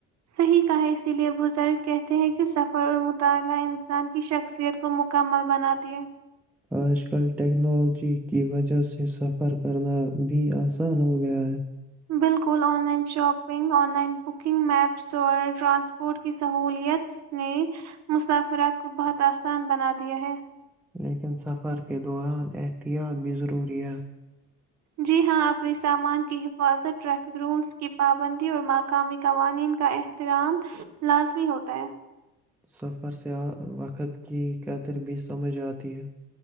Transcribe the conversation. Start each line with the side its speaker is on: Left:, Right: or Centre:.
Right: صحیح کہیں اسی لئے بزرگ کہتے ہیں کہ سفر اور مطالعہ انسان کی شخصیت کو مکمل بناتی ہیں
Centre: آج کل ٹیکنالوجی کی وجہ سے سفر کرنا بھی آسان ہو گیا ہے
Right: بالکل online shopping online booking maps اور ٹرانسپورٹ کی سہولت نے مسافرات کو بہت آسان بنا دیا ہے
Centre: لیکن سفر کے دوران احتیاط بھی ضروری ہے
Right: جی ہاں اپنے سامان کی حفاظت ٹریفک رولز کی پابندی اور مقامی قوانین کا احترام لازمی ہوتا ہے
Centre: سفر سے وقت کی قدر بھی سمجھ آتی ہے